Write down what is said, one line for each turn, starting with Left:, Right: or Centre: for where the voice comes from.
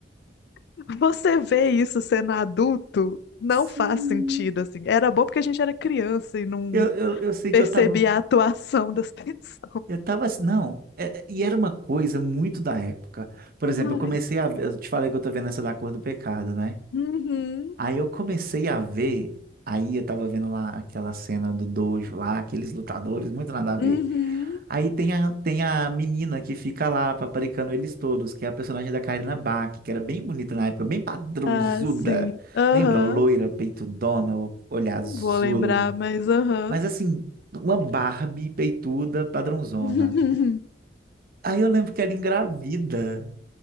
Left: <laughs> Você vê isso sendo adulto, não
Right: Sim.
Left: faz sentido, assim. Era bom porque a gente era criança e não
Right: Eu, eu, eu sei
Left: percebia
Right: que eu tava.
Left: a atuação das <laughs> pessoas.
Right: Eu tava assim, não, é- é- e era uma coisa muito da época. Por exemplo,
Left: Ai.
Right: eu comecei a ver, eu te falei que eu tô vendo essa da Cor do Pecado, né?
Left: Uhum,
Right: Aí eu comecei a ver, aí eu tava vendo lá aquela cena do dojo lá, aqueles lutadores, muito nada a ver.
Left: uhum.
Right: Aí tem a, tem a menina que fica lá paparicando eles todos, que é a personagem da Karina Bach, que era bem bonita na época, bem padrãozuda.
Left: Ah, sim. Aham.
Right: Lembra? Loira, peitudona, o- olhar
Left: Não
Right: azul.
Left: vou lembrar, mas aham.
Right: Mas assim, uma Barbie peituda, padrãozona.
Left: <laughs>
Right: Aí eu lembro que ela engravida.